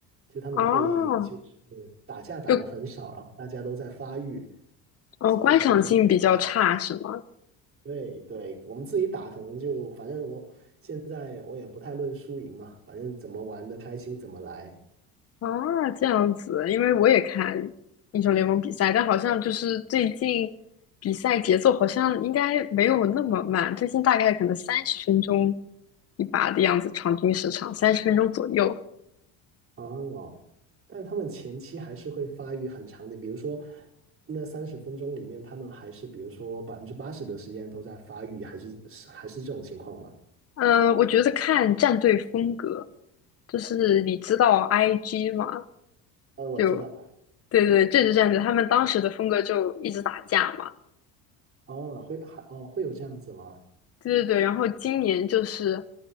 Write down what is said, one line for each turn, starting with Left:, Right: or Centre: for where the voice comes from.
Right: 就他们会就是打架打的很少，
Left: 哦，就
Right: 然后大家都在发育，
Left: 哦，
Right: 所以有时候看起来，
Left: 观赏性比较差是吗？
Right: 对对，我们自己打可能就，反正我现在我也不太论输赢嘛，反正怎么玩的开心怎么来。
Left: 啊，这样子，因为我也看英雄联盟比赛，但好像就是最近比赛节奏好像应该没有那么慢，最近大概可能三十分钟一把的样子，场均时长三十分钟左右。
Right: 哦，但他们前期还是会发育很长的，比如说那三十分钟里面，他们还是比如说百分之八十的时间都在发育，还是是还是这种情况吗？
Left: 嗯，我觉得看战队风格，就是你知道 IG 嘛，
Right: 呃，我知道，
Left: 就对对，这支战队他们当时的风格就一直打架嘛，
Right: 哦，会还哦会有这样子吗？
Left: 对对对，然后今年就是